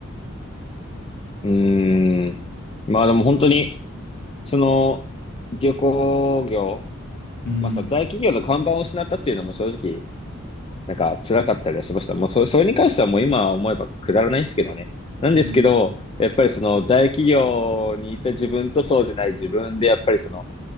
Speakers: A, on the left (about 25°); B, on the left (about 60°).
A: うん。まあでも本当に、その、旅行業
B: うん、
A: まあさ、大企業の看板を失ったっていうのも正直、なんか辛かったりはしました。もうそ、それに関してはもう今思えばくだらないんですけどね。なんですけど、
B: うん、
A: やっぱりその大企業にいた自分とそうでない自分で、やっぱりその